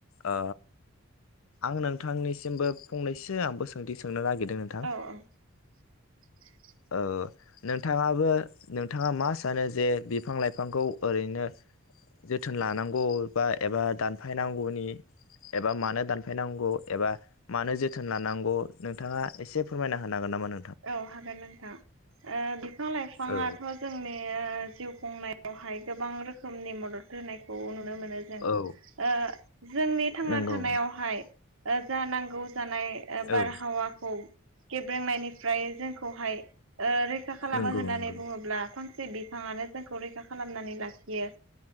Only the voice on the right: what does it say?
औ <unintelligible>
औ हागोन नोंथा ओ बिफां लाइफाङाथ'
जोंनि जिउ खुंनायावहाय गोबां रोखोमनि मदद होनायखौ नु नुनो मोन जों
ओ जोंनि थांना
थानायावहाय जा नांगौ जानाय बारहावाखौ
गेब्रेंनायनिफ्राय जोंखौहाय फैसा खालामो
होन्नानै
बुङोब्ला फां बिफाङानो जोंखौ रैखा खालामनानै लाखियो